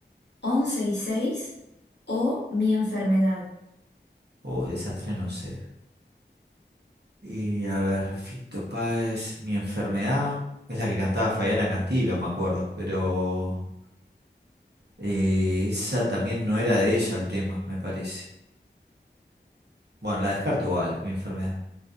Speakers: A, on the left; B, on the right.
A: 11 y 6 o Mi enfermedad.
B: Oh, de esas tres no sé. Y a ver, Fito Páez, mi enfermedad es la que cantaba Fabiana Cantilo, me acuerdo, pero eh, esa también no era de ella el tema, me parece. Bueno, la descarto igual, mi enfermedad.